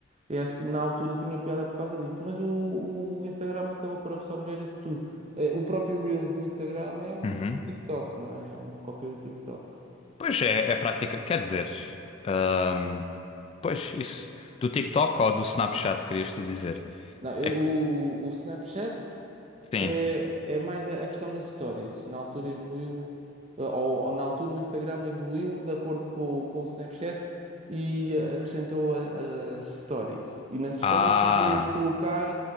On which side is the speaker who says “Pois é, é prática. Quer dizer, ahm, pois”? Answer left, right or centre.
Left